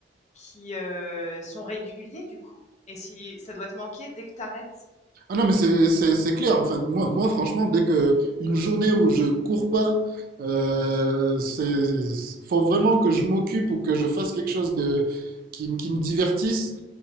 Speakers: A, on the left (about 40°); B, on the right (about 50°).
A: qui euh, sont réguliers du coup. Et si ça doit te manquer dès que t'arrêtes.
B: Ah non, mais c'est c'est- c'est clair, en fait. Moi, moi, franchement, dès que une journée où je cours pas, euh, c'est, c'est- faut vraiment que je m'occupe ou que je fasse quelque chose de, qui, me- qui me divertisse